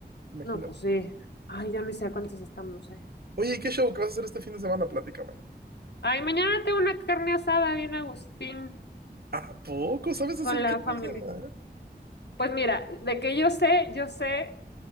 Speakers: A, on the right; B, on the left.
A: imagínate.
B: No, pues sí. Ay, ya no sé a cuántos estamos, eh.
A: Oye, ¿y qué show que vas a hacer este fin de semana? Platícame.
B: Ay, mañana tengo una carne asada bien Agustín
A: ¿A poco sabes hacer
B: con la
A: carne
B: familia.
A: asada?
B: Pues mira, de que yo sé, yo sé,